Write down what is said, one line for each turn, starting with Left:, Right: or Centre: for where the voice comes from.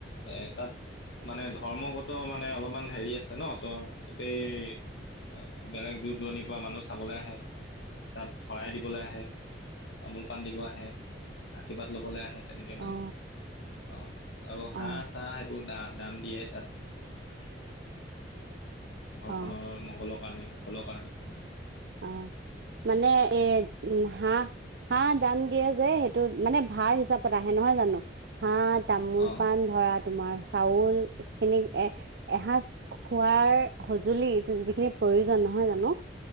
Left: এ তাত মানে ধৰ্মগত মানে অলপমান হেৰি আছে ন ত গোটেই বেলেগ দূৰ দূৰণিৰ পৰা মানুহ চাবলৈ আহে। তাত শৰাই দিবলৈ আহে তামোল পাণ দিব আহে। আশীৰ্বাদ ল'বলৈ আহে তেনেকে মানে
Right: অ
Left: অ আৰু হাঁহ
Right: অ
Left: চাহ সেইবোৰ দান দিয়ে তাত। ঘৰখনৰ
Right: অ
Left: মংগলৰ কাৰণে কুশলৰ কাৰণে অ'
Right: অ', মানে এ হাহ হাঁহ দান দিয়ে যে সেইটো মানে ভাৰ হিচাপত আহে নহয় জানো হাঁহ তামোল
Left: অঁ
Right: পাণ ধৰা তোমাৰ চাউল এইখিনি এ এসাঁজ খোৱাৰ সজুলি যিখিনি প্ৰয়োজন নহয় জানো